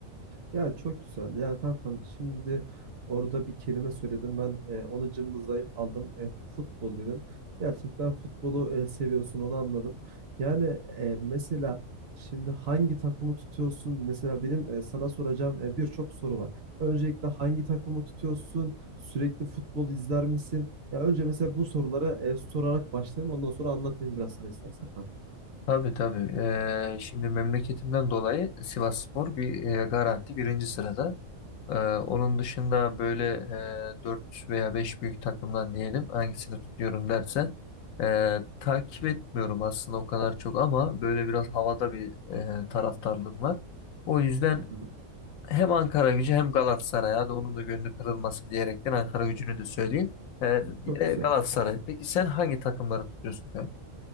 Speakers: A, on the right; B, on the left.
A: Ya çok güzel. Yani kankam şimdi orada bir kelime söyledin. Ben e, onu cımbızlayıp aldım. E, futbol dedin. Gerçekten futbolu e, seviyorsun onu anladım. Yani e, mesela şimdi hangi takımı tutuyorsun? Mesela benim e, sana soracağım e, birçok soru var. Öncelikle hangi takımı tutuyorsun? Sürekli futbol izler misin? Ya önce mesela bu soruları e, sorarak başlayayım. Ondan sonra anlatayım biraz sana istersen kanka.
B: Tabii tabii. Ee, şimdi memleketimden dolayı Sivasspor bir e, garanti birinci sırada. Ee, onun dışında böyle e, 4 veya 5 büyük takımdan diyelim hangisini tutuyorum dersen e, takip etmiyorum aslında o kadar çok ama böyle biraz havada bir e, taraftarlığım var. O yüzden
A: Hı hı.
B: hem Ankaragücü hem Galatasaray hadi onun da gönlü kırılmasın diyerekten Ankaragücü'nü de söyleyeyim. E, bir
A: Çok
B: de
A: güzel.
B: Galatasaray. Peki sen hangi takımları tutuyorsun? kanka?